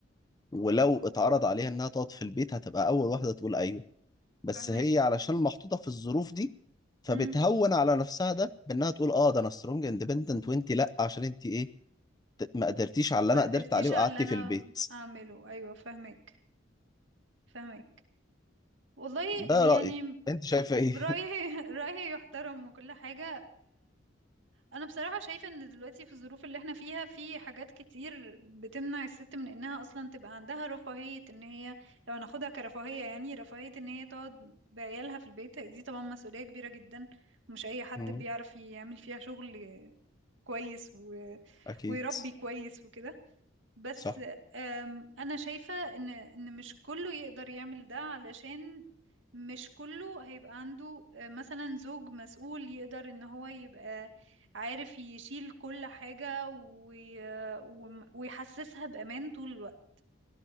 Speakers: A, on the left (about 20°); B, on the right (about 70°).
A: ولو اتعرض عليها انها تقعد في البيت هتبقى اول واحدة تقول ايوه بس
B: فاهمك
A: هي علشان محطوطة في الظروف دي فبتهون
B: امم
A: على نفسها ده بانها تقول اه ده انا سترونج اندبندنت وانت لا عشان انت ايه ت- ما قدرتيش على
B: ما
A: اللي انا
B: قدرتيش
A: قدرت عليه وقعدتي
B: على اللي انا
A: في البيت
B: اعمله ايوه فاهمك فاهمك والله
A: ده رأيي
B: يعني
A: انت شايفة ايه
B: رأيي <laughs> رأيي يحترم وكل حاجة انا بصراحة شايفة ان دلوقتي في الظروف اللي احنا فيها في حاجات كتير بتمنع الست من انها اصلا تبقى عندها رفاهية ان هي لو هناخدها كرفاهية يعني رفاهية ان هي تقعد بعيالها في البيت دي طبعا مسؤولية كبيرة جدا ومش اي حد
A: <laughs> مم.
B: بيعرف يعمل فيها شغل كويس و...
A: اكيد
B: ويربي كويس وكده بس
A: صح
B: آم، انا شايفة ان ان مش كله يقدر يعمل ده علشان مش كله هيبقى عنده آه، مثلا زوج مسؤول يقدر ان هو يبقى عارف يشيل كل حاجة وي... وم- ويحسسها بأمان طول الوقت